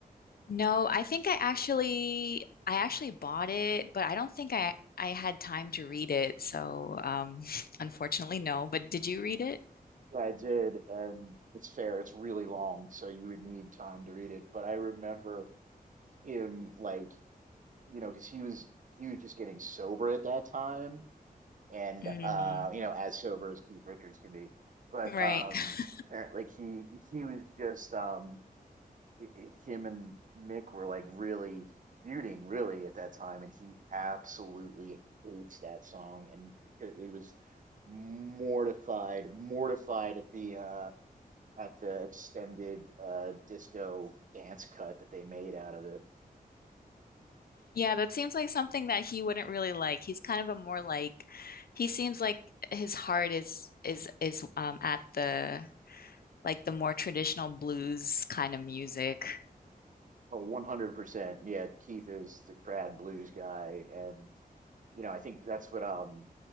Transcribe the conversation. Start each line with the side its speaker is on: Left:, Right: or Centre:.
Left: No, I think I actually I actually bought it, but I don't think I I had time to read it. So, um, <laughs> unfortunately, no. But did you read it?
Right: Yeah, I did, and it's fair, it's really long, so you would need time to read it. But I remember him like, you know, because he was he was just getting sober at that time, and
Left: Mm,
Right: uh, you know, as sober as Keith Richards can be. But
Left: right.
Right: um
Left: <laughs>
Right: apparently like he he was just um i- i- him and Mick were like really feuding really at that time, and he absolutely hates that song and because he was mortified, mortified at the uh at the extended uh disco dance cut that they made out of it.
Left: Yeah, that seems like something that he wouldn't really like. He's kind of a more like he seems like his heart is is is um at the like the more traditional blues kind of music.
Right: Oh, 100%. Yeah, Keith is the trad blues guy and you know, I think that's what um